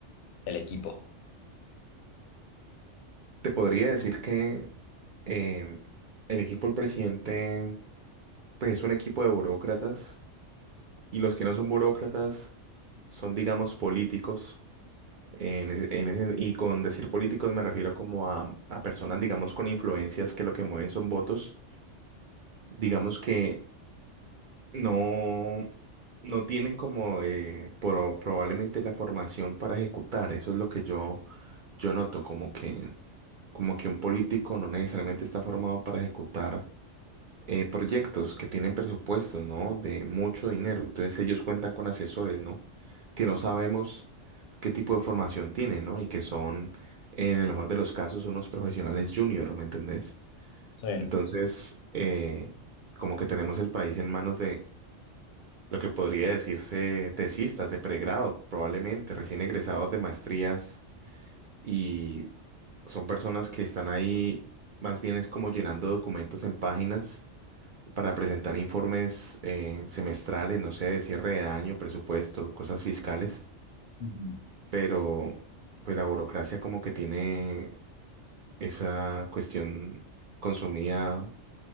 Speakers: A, on the left; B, on the right.
A: el equipo?
B: Te podría decir que eh, el equipo del presidente, pues es un equipo de burócratas y los que no son burócratas son, digamos, políticos. En ese- en ese- y con decir políticos me refiero como a, a personas, digamos, con influencias que lo que mueven son votos. Digamos que no, no tienen como eh, pro- probablemente la formación para ejecutar. Eso es lo que yo, yo noto, como que, como que un político no necesariamente está formado para ejecutar eh, proyectos que tienen presupuestos, ¿no? De mucho dinero. Entonces ellos cuentan con asesores, ¿no? Que no sabemos qué tipo de formación tienen, ¿no? Y que son, en el mejor de los casos, unos profesionales junior, ¿me entendés?
A: Sí.
B: Entonces, eh, como que tenemos el país en manos lo que podría decirse tesistas de pregrado, probablemente recién egresados de maestrías y son personas que están ahí más bien es como llenando documentos en páginas para presentar informes eh, semestrales, no sé, de cierre de año, presupuesto, cosas fiscales,
A: Ujú.
B: pero pues la burocracia como que tiene esa cuestión consumida